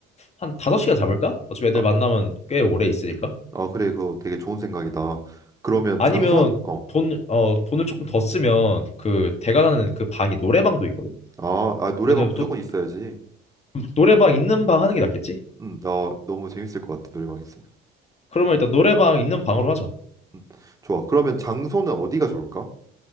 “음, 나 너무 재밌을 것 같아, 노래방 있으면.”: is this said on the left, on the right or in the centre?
Right